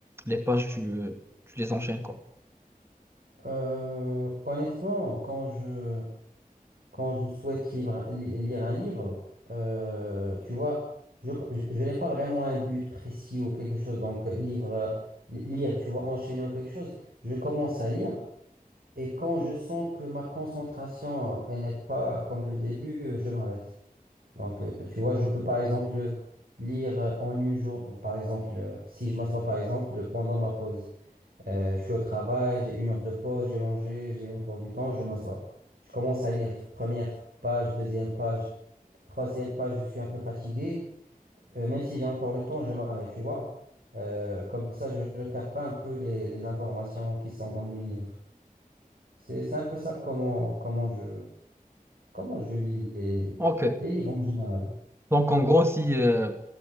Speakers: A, on the right; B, on the right.
A: les pages, tu, tu les enchaînes quoi.
B: Euh, honnêtement, quand je, quand je souhaite livre- li- lire un livre, euh, tu vois, je, je, je n'ai pas vraiment un but précis ou quelque chose. Donc, euh, livre, euh, li- lire, tu vois, enchaîner ou quelque chose. Je commence à lire et quand je sens que ma concentration, elle n'est pas comme le début, euh, je m'arrête. Donc, euh, tu vois, je peux par exemple lire euh, en une jour, par exemple, euh, si je m'assois par exemple pendant ma pause, Euh, je suis au travail, j'ai une heure de pause, j'ai mangé, j'ai encore du temps, je m'assois. Je commence à lire première page, deuxième page, troisième page, je suis un peu fatigué. Euh, même si j'ai encore le temps, je m'arrête, tu vois. Euh, comme ça, je ne perds pas un peu les, les informations qui sont dans le livre. C'est, c'est un peu ça comment, comment je, comment je lis les,
A: Ok,
B: les livres en général.
A: donc en gros si euh,